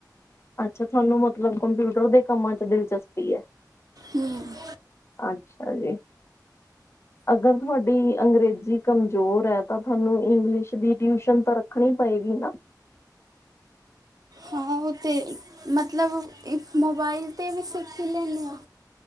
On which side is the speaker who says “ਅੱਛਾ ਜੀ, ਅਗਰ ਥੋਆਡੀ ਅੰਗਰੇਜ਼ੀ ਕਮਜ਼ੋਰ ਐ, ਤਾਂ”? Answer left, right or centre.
Left